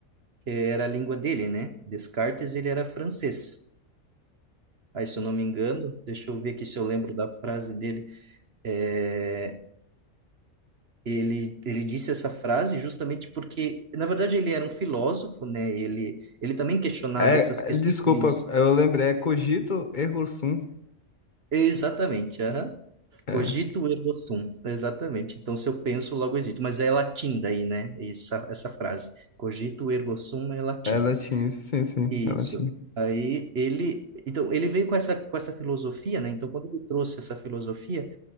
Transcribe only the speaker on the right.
que era a língua dele, né? Descartes, ele era francês. Aí, se eu não me engano, deixa eu ver aqui se eu lembro da frase dele. É, ele, ele disse essa frase justamente porque, na verdade, ele era um filósofo, né? Ele, ele também questionava
essas questões
Exatamente, aham.
Cogito ergo sum, exatamente. Então, se eu penso, logo existo. Mas é latim daí, né? Essa, essa frase. Cogito ergo sum é latim.
Isso.
Aí ele, então, ele veio com essa, com essa filosofia, né? Então, quando ele trouxe essa filosofia,